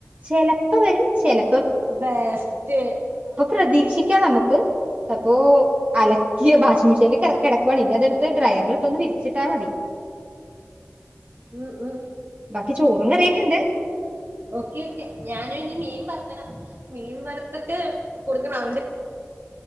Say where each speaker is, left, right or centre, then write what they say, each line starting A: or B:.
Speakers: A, on the right; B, on the right.
A: ചെല പ്പ വരും ചെല
B: ബെസ്റ്റ്
A: പ്രതീക്ഷിക്കാം നമുക്ക് അപ്പോ അലക്കിയ വാഷിംഗ മെഷീനിൽ കിടക്കുവാണ് ഇനി അതടുത്ത് ഡ്രയറിലിട്ടൊന്ന് വിരിച്ചിട്ടാ മതി
B: ഉം ഉം
A: ബാക്കി ചോറും കറിയൊക്കെണ്ട്
B: ഓക്കെ ഒക്കെ ഞാനും ഇനി മീൻ വറക്കണം മീൻ വറുത്തിട്ട് കൊടുക്കണം അവന്റെ